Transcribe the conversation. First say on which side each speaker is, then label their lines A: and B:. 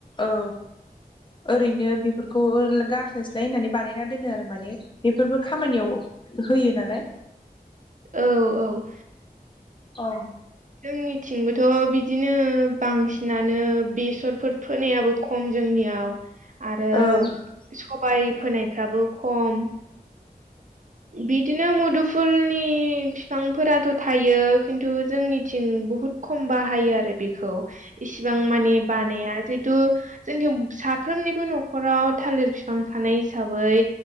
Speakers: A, on the left; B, on the right.
A: औ ओरैनो बेफोरखौ गारस्लायस्लाय होननानै बानायना दोनो आरो माने बेफोरबो खामानियाव होयो नालाय
B: औ औ
A: औ
B: जोंनिथिंबोथ बिदिनो बांसिनानो बेसरफोर फोनायाबो खम जोंनियाव आरो
A: औ
B: सबाय फोनायफ्राबो खम बिदिनो मुदुफुलनि बिफांफोराथ थायो खिन्थु जोंनिथिं बुहुद खम बाहायो आरो बेखौ इसिबां माने बानाया जिहेतु जोंनिथिं साफ्रोमनिबो नखराव थालिर बिफां थानाय हिसाबै